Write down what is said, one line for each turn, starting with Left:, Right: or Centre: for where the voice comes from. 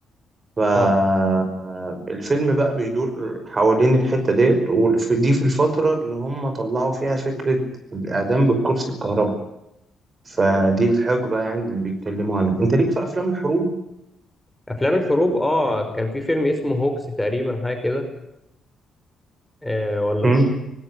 Right: فالفيلم
Centre: اه
Right: بقى بيدور حوالين الحته ديت ودي في الفتره اللي هم طلعوا فيها فكره الاعدام بالكرسي الكهربائي فدي الحقبة يعني اللي بيتكلموا عنها انت ليك في افلام الحروب
Centre: افلام الحروب اه كان في فيلم اسمه هوكس تقريبا حاجه كده آه ولا
Right: مم.
Centre: مش